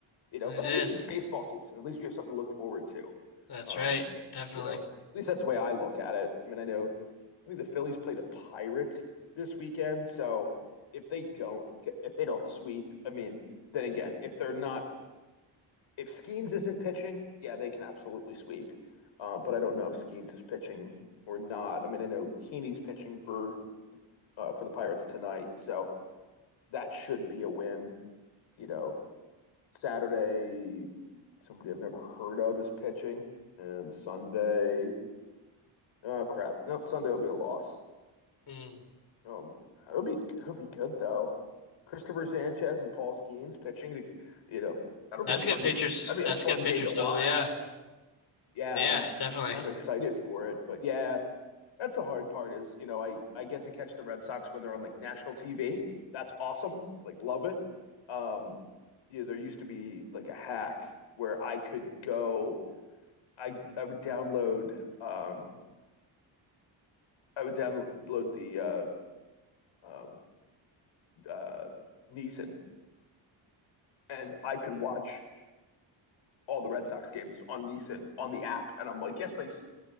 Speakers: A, on the left; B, on the left.
A: you know,
B: It
A: but at
B: is.
A: least it's baseball season. At least we have something to look forward to.
B: That's
A: Um,
B: right. Definitely.
A: you know, at least that's the way I look at it. I mean, I know I think the Phillies play the Pirates this weekend, so if they don't get, if they don't sweep, I mean, then again, if they're not if Skeens isn't pitching, yeah, they can absolutely sweep. Uh, but I don't know if Skeens is pitching or not. I mean, I know Heaney's pitching for uh, for the Pirates tonight, so that should be a win. You know, Saturday, somebody I've never heard of is pitching, and Sunday, oh crap, nope, Sunday will be a loss.
B: Mm.
A: Um, it'll be it'll be good though. Christopher Sanchez and Paul Skeens pitching, To, you know, that'll be
B: That's
A: a fun
B: a good pitcher.
A: game.
B: s-
A: That'll be
B: That's
A: a fun
B: a good pitcher
A: game to
B: stool.
A: watch.
B: Yeah.
A: Yeah,
B: Yeah,
A: I'm
B: definitely.
A: kind of excited for it, but yeah, that's the hard part is, you know, I I get to catch the Red Sox when they're on like national TV. That's awesome. Like love it. Um, you know, there used to be like a hack where I could go I I would download um I would download the uh um uh Neeson and I could watch all the Red Sox games on Neeson on the app and I'm like, yes, please.